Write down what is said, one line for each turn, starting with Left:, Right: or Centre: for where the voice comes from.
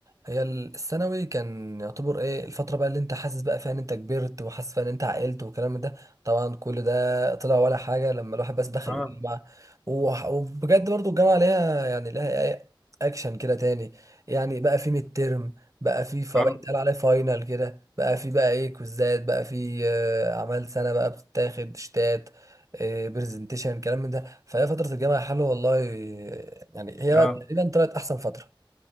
Right: هي الثانوي كان يعتبر ايه الفترة بقى اللي انت حاسس بقى فيها ان انت كبرت وحاسس فيها ان انت عقلت والكلام ده طبعا كل ده طلع ولا حاجة لما الواحد بس دخل
Centre: اه
Right: الجامعة وح- وبجد برضو الجامعة ليها يعني ليها ايه اكشن كده تاني يعني بقى في ميد ترم بقى في ف-
Centre: اه
Right: بقى يتقال عليه فاينل كده بقى في بقى ايه كوزات بقى في آه، اعمال سنة بقى بتتاخد شتات برزنتيشن الكلام من ده فهي فترة الجامعة حلوة والله يعني هي بقى
Centre: اه
Right: تقريبا طلعت احسن فترة